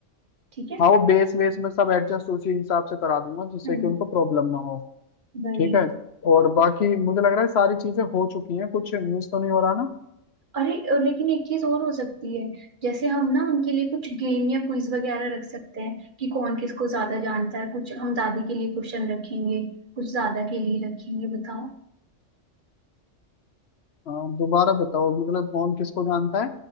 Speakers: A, on the right; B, on the left.
A: ठीक है
B: हाँ वो बेस वेस में सब एडजस्ट उसी हिसाब से करा दूंगा जिससे
A: हम्म
B: कि उनको प्रॉब्लम ना हो
A: वही
B: ठीक है और बाकी मुझे लग रहा है सारी चीजें हो चुकी हैं कुछ मिस तो नहीं हो रहा ना
A: अरे अ, लेकिन एक चीज और हो सकती है जैसे हम ना उनके लिए कुछ गेम या क्विज वगैरह रख सकते हैं कि कौन किसको ज्यादा जानता है कुछ हम दादी के लिए क्वेश्चन रखेंगे कुछ दादा के लिए रखेंगे बताओ
B: अ, दोबारा बताओ मतलब कौन किसको जानता है